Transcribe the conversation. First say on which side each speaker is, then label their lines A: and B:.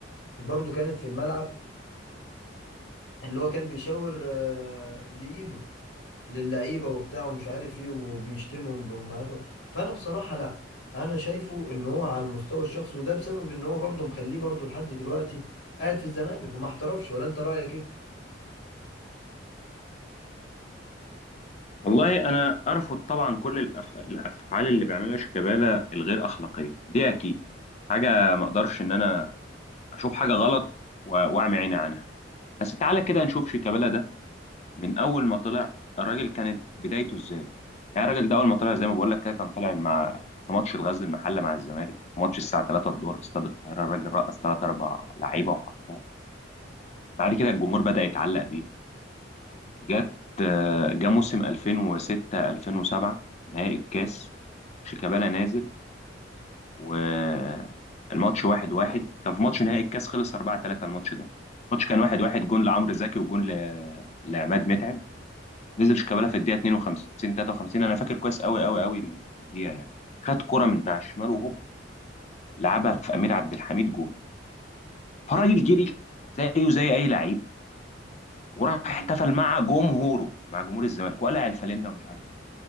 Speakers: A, on the left; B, on the left.
A: برضه كانت في الملعب اللي هو كان بيشاور آه، بايده للعيبه وبتاع ومش عارف ايه وبيشتمهم بامهاتهم فانا بصراحه لا انا شايفه ان هو على المستوى الشخصي وده بسبب ان هو برضه مخليه برضه لحد دلوقتي قاعد في الزمالك وما احترفش ولا انت رايك ايه
B: والله أنا أرفض طبعا كل الأف... الأفعال اللي بيعملها شيكابالا الغير أخلاقية دي أكيد حاجة ما أقدرش إن أنا اشوف حاجه غلط و- واعمي عيني عنها بس تعالى كده نشوف شيكابالا ده من اول ما طلع الراجل كانت بدايته ازاي يعني الراجل ده اول ما طلع زي ما بقول لك كده كان طالع مع في ماتش الغزل المحله مع الزمالك في ماتش الساعه 3 الظهر في استاد القاهره الراجل رقص 3 4 لعيبه وحطها بعد كده الجمهور بدا يتعلق بيه جت آه، جه موسم 2006 2007 نهائي الكاس شيكابالا نازل والماتش واحد واحد كان في ماتش نهائي الكاس خلص 4 3 الماتش ده الماتش كان واحد واحد جون لعمرو زكي وجون ل... لعماد متعب نزل شيكابالا في الدقيقه 52 53 انا فاكر كويس قوي قوي قوي الدقيقه يعني خد كرة من على الشمال وهوب لعبها في امير عبد الحميد جون فالراجل جري زيه زي اي لعيب وراح احتفل مع جمهوره مع جمهور الزمالك وقلع الفانلة ومش عارف ايه